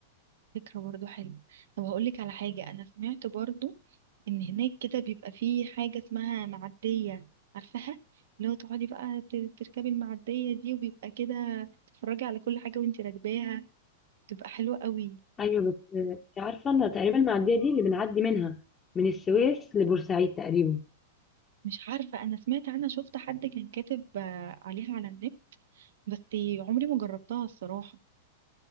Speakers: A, on the right (about 75°); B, on the left (about 15°).
A: فكرة برضو حلوة طب هقولك على حاجة أنا سمعت برضو إن هناك كده بيبقى فيه حاجة اسمها معدية عارفاها اللي هو تقعدي بقى ت- تركبي المعدية دي وبيبقى كده تتفرجي على كل حاجة وانتي راكباها تبقى حلوة قوي
B: ايوه بس آه، انت عارفه انا تقريبا المعديه دي اللي بنعدي منها من السويس لبورسعيد تقريبا
A: مش عارفة أنا سمعت عنها شفت حد كان كاتب آه، عليها على النت بس عمري ما جربتها الصراحة